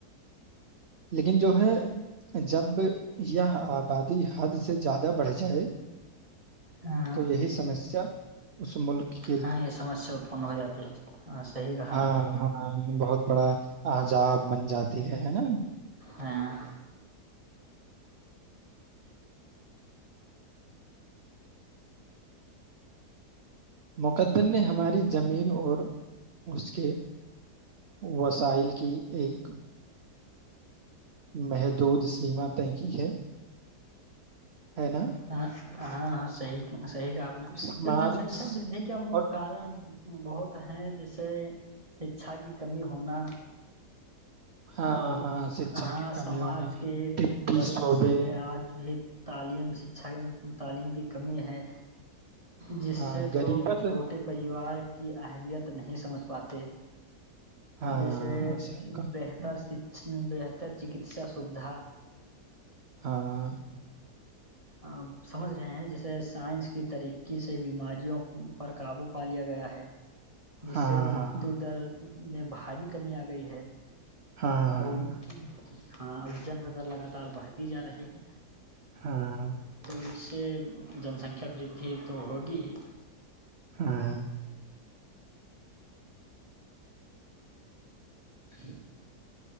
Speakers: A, on the right; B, on the right.
A: لیکن جو ہے جب یہ آبادی حد سے زیادہ بڑھ جائے
B: ہاں
A: تو یہی سمسیا اس ملک کی
B: ہاں یہ سمسیا اتپن ہو جاتی ہے ہاں صحیح کہا
A: ہاں
B: آپ نے
A: ہاں بہت بڑا عجاب بن جاتی ہے ہے نا
B: ہاں
A: مقدر نے ہماری زمین اور اس کے وسائل کی ایک محدود سیما تنکی ہے ہے نا
B: ہاں ہاں ہاں صحی صحی کامنا
A: سماج
B: تو جن سنکھیا ودی کا مک
A: اور
B: کارن بہت ہے جیسے اچھا کی کمی ہونا
A: ہاں
B: اور
A: ہاں شکشا
B: ہاں
A: کی کمی
B: سماج
A: ہونا
B: کے ایک
A: طبی
B: بڑے
A: شعبے
B: حصے میں آج بھی تعلیم ش اچھا تعلیم کی کمی ہے جس
A: ہاں
B: سے لوگ
A: غریبت
B: چھوٹے پریوار کی اہمیت نہیں سمجھ پاتے
A: ہاں
B: جیسے
A: ہاں صحیح کہا
B: بہتر بر چکس سھا ج
A: ہاں
B: آپ سمجھ رہے ہیں جیسے سائنس کی ترقی سے بیماریوں پر قابو پا لیا گیا ہے جس
A: ہاں
B: سے مرتو
A: ہاں
B: در میں بھاری کمی آ گئی ہے
A: ہاں
B: ا ہاں اور جن ودر لگاتار بڑھتی جا رہی ہے
A: ہاں
B: تو اس سے جن سنکھیا وردھی تو ہوگی ہی
A: ہاں
B: ہ